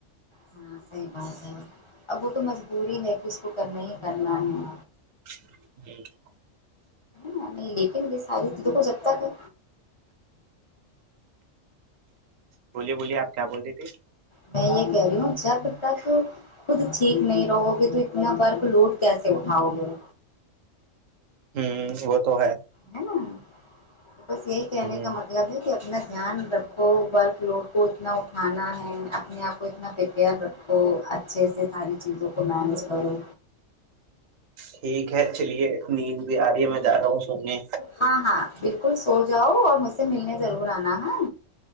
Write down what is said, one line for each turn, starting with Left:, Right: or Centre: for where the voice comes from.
Left: ہاں صحیح بات ہے اب وہ تو مجبوری ہے کہ اس کو کرنے ہی کرنا ہے
Right: جی
Left: نہیں لیکن یہ ساری تو ہو سکتا کیا
Right: بولیے بولیے آپ کیا بول رہی تھی
Left: میں یہ کہہ رہی ہوں جب خود ٹھیک نہیں رہو گے تو اتنا برق لوٹ کیسے اٹھاؤ گے
Right: ہوں وہ تو ہے
Left: ہے نا تو بس یہی کہنے
Right: ہ
Left: کا مطلب ہی کہ اتنا دھیان رکھو ورکلوڈ کو اتنا اٹھانا ہے اپنے آپ کو اتنا پریپیئر رکھو تو اچھے سے ساری چیزوں کو مینج کرو
Right: ٹھیک ہے چلیے نیند بھی آ رہی ہے میں جا رہا ہوں سونے
Left: ہاں ہاں بالکل سو جاؤ اور مجھ سے ملنے ضرور آنا ہے